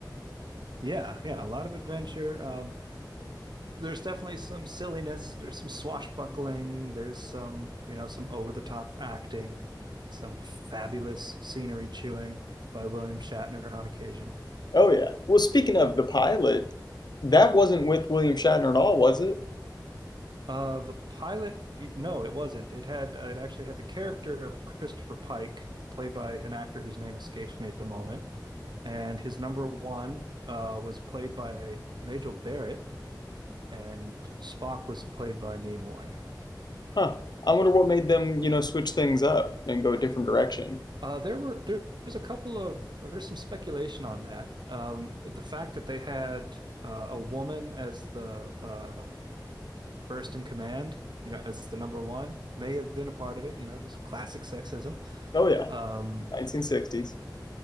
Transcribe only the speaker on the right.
Yeah, yeah, a lot of adventure. Um, there's definitely some silliness. There's some swashbuckling. There's some, you know, some over the top acting, some fabulous scenery chewing by William Shatner on occasion.
Uh, the pilot, no, it wasn't. It had uh, it actually had the character of Christopher Pike, played by an actor whose name escapes me at the moment, and his number one uh was played by Majel Barrett, and Spock was played by Nimoy.
Uh, there were there, there's a couple of there's some speculation on that. Um, the fact that they had uh, a woman as the uh first in command, you know, as the number one, may have been a part of it. You know, just classic sexism.
Um